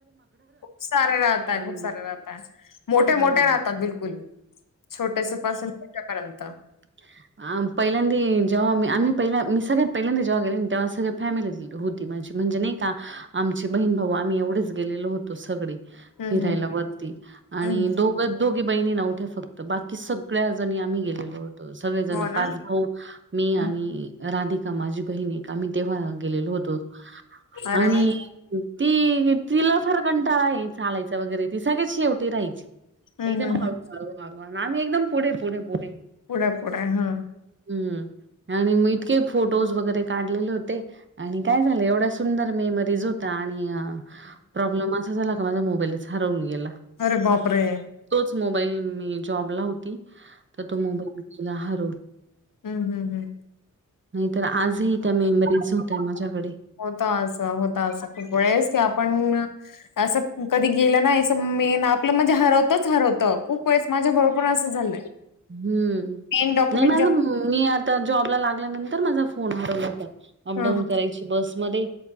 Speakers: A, on the left; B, on the right.
A: खूप सारे राहतय
B: आणि
A: खूप सारे राहतय मोठे
B: हं,
A: मोठे राहतात बिलकुल. छोट्यासपासून मोट्यापर्यंत.
B: <inaudible> पहिल्यांदा जेव्हा मी आम्ही पहिला मी सगळ्यात पहिल्यांदा जेव्हा गेले तेव्हा सगळ्या फॅमिलीत हो माझी म्हणजे नाही का आमची बहीण भाऊ आम्ही एवढेच गेलेलो होतो सगळे.
A: हम्म
B: फिरायला
A: हम्म.
B: वरती आणि
A: हम्म
B: दघ दोघी बहिणी नव्हत्या फक्त बाकी सग. सगळ्या जणी आम्ही गेलेलो होतो सगळेजण
A: हो ना
B: पाच भाऊ. मी
A: हं.
B: आणि राधिका माझी बहिणी आम्ही तेव्हा. गेल होतो
A: अरे
B: आणि
A: वा
B: ती तिला फार कंटाळा आहे चालायच. वगैरे त सगळेच शेवटी राहायची
A: हम्म
B: एकदम
A: हम्म हम्म
B: हळू हळू हळू. म् एकदम पुढे पुढे पुढे.
A: पुोडा पोडा हा.
B: हम्म आणि मग इतके फोटोज वगैरे काढलेले होते. आणि काय झालं एवढा सुंदर मेमरीज होता आणि प्रॉब्लेम असा झाला का माझा मोबाईलच हरवून गेला
A: अरे बाप रे!
B: तोच मोबाईल मी जॉबला होती तर तो मोबाईलला हरव..
A: हम् हम हम्
B: नाहीतर आजही त्या मेमरीज होतय माझ्याकडे.
A: होत असं, होत असं खूप वेळेस की आपण, असं कधी गेलं नाही असं मेन आपलं म्हणजे हरवतच हरवतं खूप वेळेस माझ्या बरोबर असं झालंय.
B: हम्म
A: मेन डॉक्युमेंट
B: नाही माझ
A: जे
B: मी आता जॉबला लागल्यानंतर माझा फोन हरवला होता. अपडाऊन
A: हं हं
B: करायचे बसमध्ये